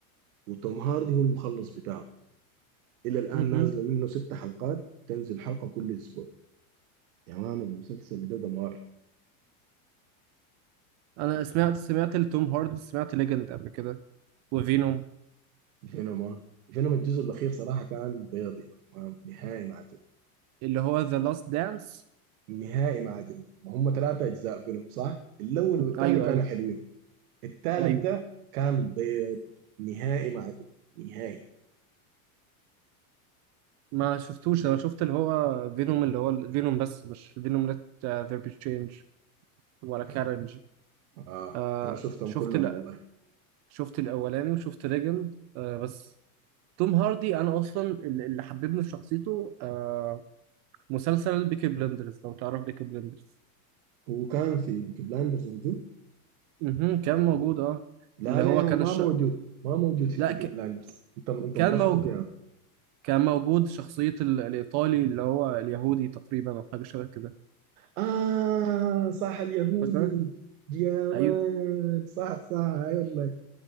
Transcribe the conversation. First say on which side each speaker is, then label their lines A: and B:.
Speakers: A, on the right; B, on the right.
A: وتوم هاردي هو المخلص بتاعه إلى الآن
B: مهم.
A: نازلة منه ست حلقات تنزل حلقة كل أسبوع يا مان المسلسل ده دمار
B: انا سمعت سمعت لتوم هاردي سمعت ليجند قبل كده وفينوم
A: فينوما فينوما الجزء الأخير صراحة كان بيض يعني ما نهائي ما عجبني
B: اللي هو ذا لاست دانس
A: نهائي ما عجبني وهم ثلاثة أجزاء فينوم صح؟ الأول والثاني
B: ايوه
A: كانوا
B: ايوه
A: حلوين الثالث
B: ايوه
A: ده كان بيض نهائي ما عجبني نهائي
B: ما شفتوش انا شفت اللي هو فينوم اللي هو فينوم بس مش فينوم ليت ذير بي تشينج ولا
A: كان
B: كارنج
A: آه
B: آه
A: أنا شفتهم
B: شفت
A: كلهم
B: ال...
A: والله
B: شفت الاولاني وشفت ليجند آه بس توم هاردي انا اصلا ال- اللي حببني في شخصيته آه مسلسل بيكي بلندرز لو تعرف بيكي بلندرز
A: هو كان في بيكي بلاندرز موجود؟
B: مهم. كان موجود اه
A: لا
B: اللي
A: لا
B: هو
A: يا عم،
B: كان
A: ما
B: الش...
A: موجود ما موجود في
B: لا
A: بيكي
B: ك...
A: بلاندرز أنت أنت
B: كان
A: ملخبط
B: موجود
A: يعني
B: كان موجود شخصية ال... الإيطالي اللي هو اليهودي تقريبا أو حاجة شبه كده
A: آه صح اليهودي
B: فاكر؟
A: يا
B: أيوه
A: مان صح صح أي والله